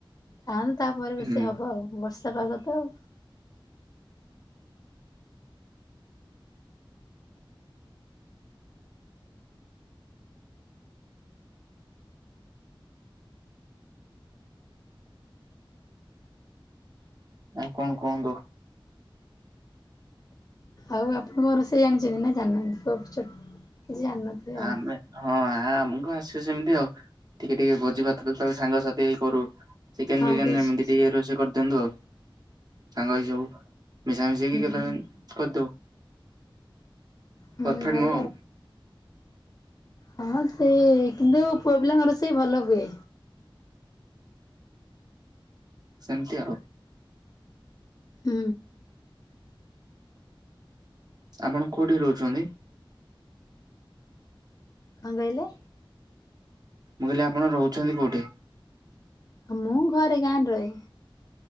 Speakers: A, on the left; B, on the right.
A: ଆଉ ତାପରେ ରୋଷେଇ
B: ହୁଁ
A: ହବ ଆଉ ବର୍ଷା ପାଗ ତ ଆଉ।
B: ଆଉ କଣ କୁହନ୍ତୁ?
A: ଆଉ ଆପଣଙ୍କ କଣ ରୋଷେଇ ଜାଣିଛନ୍ତି ନା ଜାଣିନାହାନ୍ତି? କିଛି ଜାଣିନଥିବେ ଆଉ।
B: ଆମେ ହଁ ଆମ ଆ କ ଆସିବେ ସେମିତି ଆଉ ଟିକେ ଟିକେ ଭୋଜି ଭାତ୍ର ତାହଲେ ସାଙ୍ଗସାଥି ହେଇ କରୁ। ଚିକେନ
A: ହଁ
B: ବିରିୟାନୀ
A: ଫିଷ୍ଟ
B: ଏମିତି ଟିକେ ରୋଷେଇ କରିଦିଅନ୍ତୁ ଆଉ ସାଙ୍ଗ ଏଇ ସବୁ ମିଶାମିଶାଇକି
A: ହୁଁ
B: କେତବେଳେ
A: ହୁଁ
B: ଏମିତି କରିଦଉ।
A: ହୁଁ
B: ପରଫେକ୍ଟ
A: ଭଲ।
B: ନୁହଁ ଆଉ।
A: ହଁ ସେ କିନ୍ତୁ ପୁଅ ପିଲାଙ୍କର ରୋଷେଇ ଭଲ ହୁଏ।
B: ସେମିତି ଆଉ।
A: ହୁଁ।
B: ଆପଣ କୋଉଠି ରହୁଛନ୍ତି?
A: କଣ କରିଲେ?
B: ମୁଁ କହିଲି ଆପଣ ରହୁଛନ୍ତି କୋଉଠି?
A: ମୁଁ ଘରେ ଗାଁରେ ରହେ।